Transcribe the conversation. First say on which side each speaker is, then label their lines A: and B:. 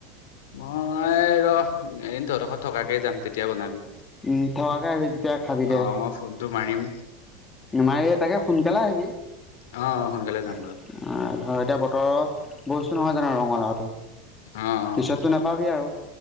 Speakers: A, on the left; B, on the left.
A: মই ৰ এদিন তহঁতৰকৰত থকাকেই যাম তেতিয়া বনাবি
B: উম, থোৱাকেি তেতিয়া খাবি দে
A: অ', মই ফোনটো মাৰিম
B: মাৰ এই তাকে সোনকালে আহিবি অ',
A: অ', অ সোনকালে যাম
B: ধৰ
A: বাৰু
B: এতিয়া বতৰৰ বস্তু নহয় জানো ৰঙালাওতো
A: অ', অ',
B: পিছতটো নাপাবি আৰু